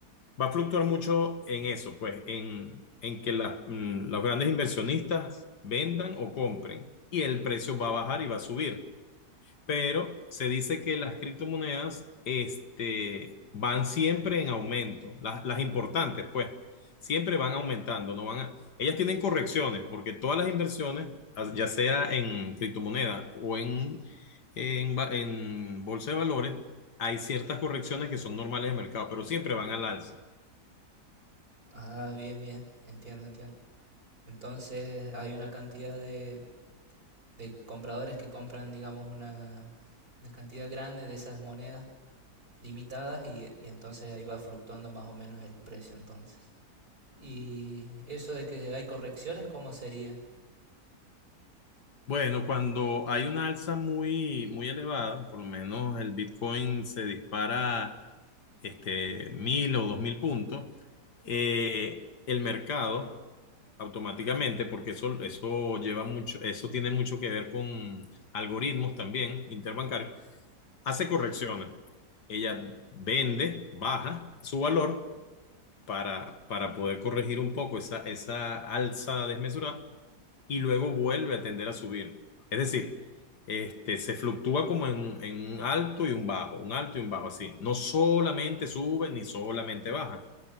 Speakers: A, on the left; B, on the right.
A: va a fluctuar mucho en eso, pues, en, en que las- mm, los grandes inversionistas vendan o compren y el precio va a bajar y va a subir pero se dice que las criptomonedas este, van siempre en aumento, las, las importantes, pues, siempre van aumentando, no van a- ellas tienen correcciones, porque todas las inversiones, as- ya sea en criptomonedas o en, en, ba- en bolsa de valores, hay ciertas correcciones que son normales de mercado, pero siempre van al alza.
B: Ah, bien, bien, entiendo, entiendo. Entonces hay una cantidad de, de compradores que compran, digamos, una, una cantidad grande de esas monedas limitadas y, y entonces ahí va fluctuando más o menos el precio entonces. Y eso de que hay correcciones, ¿cómo sería?
A: Bueno, cuando hay una alza muy, muy elevada, por lo menos el Bitcoin se dispara este, mil o dos mil puntos, eh, el mercado automáticamente, porque eso, eso lleva mucho, eso tiene mucho que ver con algoritmos también interbancarios, hace correcciones. Ella vende, baja su valor para, para poder corregir un poco esa, esa alza desmesurada y luego vuelve a tender a subir. Es decir, este, se fluctúa como en, en un alto y un bajo, un alto y un bajo, así. No solamente sube ni solamente baja.